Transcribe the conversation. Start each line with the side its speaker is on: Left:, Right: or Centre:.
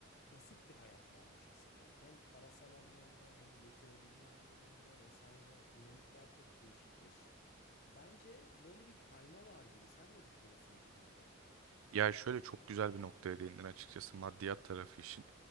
Left: basit bir hayat varmış eskiden. Hem parasal anlamda hem getirebilme anlamında vesaire dinamikler çok değişikmiş. Bence böyle bir kayma var gibi. Sen ne düşünüyorsun bu konuda?
Right: Ya şöyle çok güzel bir noktaya değindin açıkçası maddiyat tarafı için.